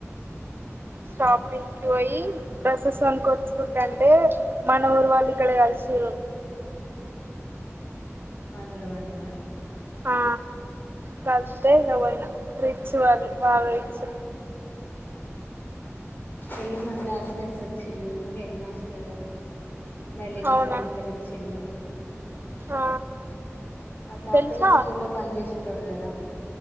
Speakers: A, on the left (about 40°); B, on the right (about 45°).
A: అవునా
B: షాపింగ్కి పోయి డ్రస్సెస్ కొనుకొచ్చుకుంటాంటే మన ఊరు వాళ్ళు ఇక్కడే కలిసిరు
A: మనూరు వాళ్ళేనా
B: ఆ కల్తే
A: ఉమ్.
B: ఇంగ పొయినా ప్రీత్ సువాళ్ళు బాగా పొయిచ్
A: ఇళ్లి మా క్లాస్మేట్స్ వొచ్చిల్లు మా హెడ్ మాస్టర్ బయలేజీ
B: అవునా
A: సారు అందరు వొచ్చిళ్ళు
B: ఆ
A: ఆ తాతయ్య
B: తెలిసినా ఆ
A: స్కూళ్లో పన్ జేసేటోడు కదా